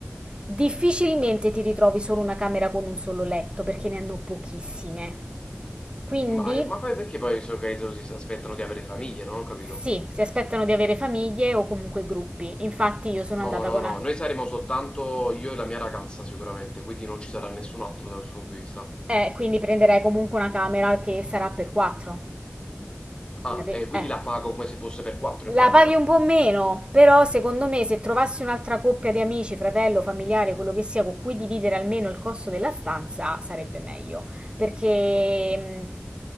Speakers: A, on the right (about 25°); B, on the left (about 20°).
A: Difficilmente ti ritrovi solo una camera con un solo letto, perché ne hanno pochissime. Quindi
B: Ma, eh, ma poi perché poi si organizzano così, si aspettano di avere famiglie? Non ho capito.
A: sì, si aspettano di avere famiglie o comunque gruppi. Infatti io sono
B: No,
A: andata
B: no,
A: con una...
B: no, noi saremo soltanto io e la mia ragazza sicuramente, quindi non ci sarà nessun altro dal suo punto di vista.
A: Eh, quindi prenderai comunque una camera che sarà per quattro.
B: Ah,
A: Capi?
B: e quindi
A: Eh.
B: la pago come se fosse per quattro
A: La
B: in pratica.
A: paghi un po' meno, però secondo me se trovassi un'altra coppia di amici, fratello, familiare, quello che sia, con cui dividere almeno il costo della stanza, sarebbe meglio, perché mh,